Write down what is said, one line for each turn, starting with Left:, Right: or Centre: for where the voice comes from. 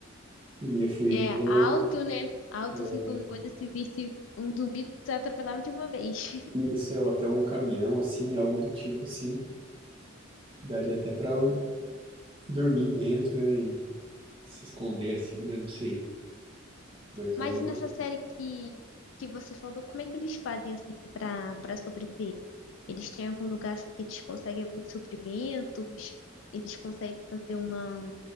Right: ia fugir
Left: É,
Right: pro.
Left: alto, né? Alto,
Right: é,
Left: assim, qualquer coisa, se visse um zumbi, se atropelava de uma vez.
Right: Isso, é, ou até um caminhão, assim, algo do tipo, assim. Daria até pra dormir dentro, né? E se esconder, assim, né? Não sei. Mas
Left: Mas
Right: é uma.
Left: nessa série que, que você falou, como é que eles fazem assim pra para sobreviver? Eles têm algum lugar assim que eles conseguem alguns suprimentos? Eles conseguem fazer uma